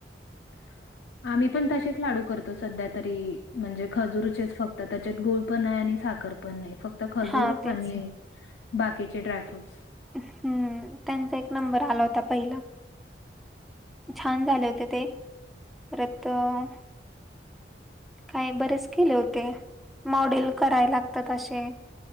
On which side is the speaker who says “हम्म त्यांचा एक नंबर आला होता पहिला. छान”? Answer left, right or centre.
Centre